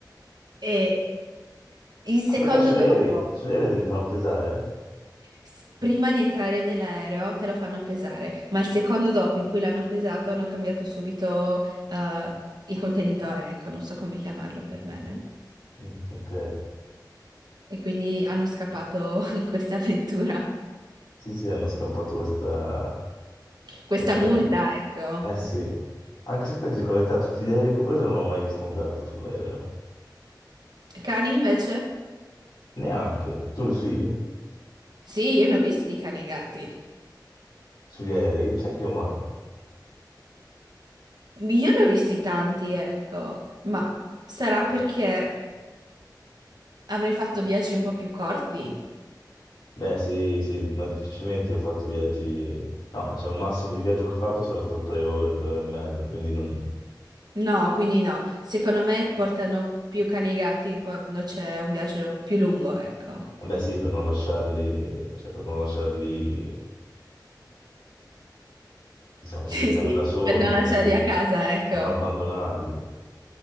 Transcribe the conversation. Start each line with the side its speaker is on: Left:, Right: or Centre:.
Right: e il secondo
Left: Ah, perché sugli
Right: dopo,
Left: aerei, sugli aerei te li fanno pesare?
Right: s- prima di entrare nell'aereo, te lo fanno pesare, ma il secondo dopo in cui l'hanno pesato hanno cambiato subito eh, il contenitore, ecco, non so come chiamarlo per bene.
Left: Mm, ok.
Right: E quindi hanno scappato <laughs> questa avventura,
Left: Sì, sì, hanno scampato questa,
Right: questa
Left: questa
Right: multa,
Left: regola.
Right: ecco.
Left: Eh sì. Anche se poi ti dico la verità, tutti gli aerei che ho preso non ho mai visto un gatto sull'aereo.
Right: Cani invece?
Left: Neanche. Tu lo sì?
Right: Sì, io ne ho visti di cani e gatti.
Left: Sugli aerei? Sai che io mai?
Right: Io ne ho visti tanti, ecco, ma sarà perché avrei fatto viaggi un po' più corti?
Left: Beh, sì, sì, no, difficilmente io ho fatto viaggi... No, diciamo, il massimo di viaggio che ho fatto sarà stato tre ore, tre ore e mezza, quindi non...
Right: No, quindi no. Secondo me portano più cani e gatti quando c'è un viaggio più lungo, ecco. <laughs>
Left: Vabbè sì, per non lasciarli, cioè per non lasciarli, diciamo
Right: Sì,
Left: sì, in casa
Right: sì,
Left: da soli,
Right: per non lasciarli
Left: sì,
Right: a casa, ecco.
Left: per non abbandonarli.